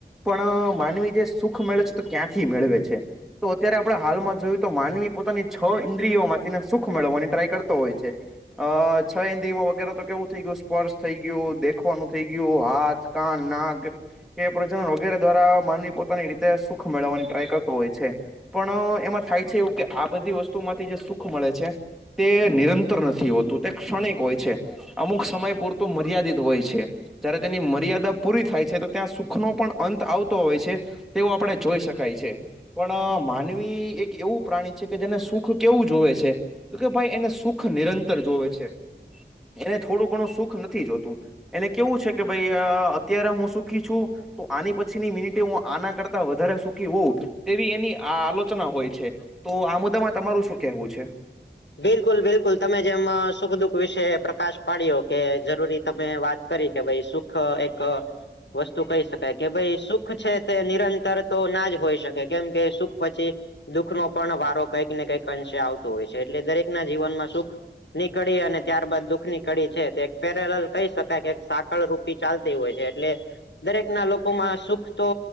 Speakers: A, in the centre; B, on the left (about 70°).
A: પણ માનવી જે સુખ મેળવે છે તે, ક્યાંથી મેળવે છે? તો અત્યારે આપણે હાલમાં જોયું તો માનવી પોતાની છ ઇન્દ્રિયોમાંથીને સુખ મેળવવાની ટ્રાય કરતો હોય છે. અ છ હિન્દી માં વગેરે તો કેવું થઈ ગયુંસ સ્પર્શ થઈ ગયો, દેખવાનું થઈ ગયું, હાથ, કાન, નાગ એ પ્રજનન વગેરે દ્વારા, માનવી પોતાની રીતે સુખ મેળવવાની ટ્રાય કરતો હોય છે. પણ એમાં થાય છે એવું, કે આ બધી વસ્તુમાંથી જે સુખ મળે છે. તે નિરંતર નથી હોતું, તે ક્ષણિક હોય છે, અમુક સમય પૂરતુ મર્યાદિત હોય છે. જયારે તેની મર્યાદા પૂરી થાય છે, તો ત્યાં સુખનો પણ અંત આવતો હોય છે. તેવો આપડે જોઈ શકાય છે. પણ માનવી એક એવું પ્રાણી છે, કે જેને સુખ કેવું જોવે છે. તો કે ભાઈ એને સુખ નિરંતર જોવે છે, એને થોડું ઘણું સુખ નથી જોતું. એને કેવું છે કે ભાઈ અ અત્યારે હું સુખી છું. તો આની પછીની મિનિટે હું આના કરતા વધારે સુખી હોઉ. તેવી એની આ આલોચના હોય છે, તો આ મુદ્દામાં તમારું શું કેહેવું છે?
B: બિલકુલ, બિલકુલ, તમે જેમ સુખ દુઃખ વિશે પ્રકાશ પાડ્યો, કે જરૂરી તમે વાત કરી કે ભાઈ સુખ એક વસ્તુ કહી શકાય, કે ભાઈ સુખ છે તે નિરંતર તો ના જ હોઈ શકે, કેમ કે સુખ પછી દુઃખનો પણ વારો કંઈક ને કંઈક અંશે આવતો હોય છે, એટલે દરેક ના જીવનમાં સુખ ની કડી અને ત્યારબાદ દુઃખ ની કડી છે, તે એક પેરેલ કહી શકાય કે સાકળ રૂપ તી ચાલતી હોય છે, એટલે દરેક ના લોકોમાં સુખ તો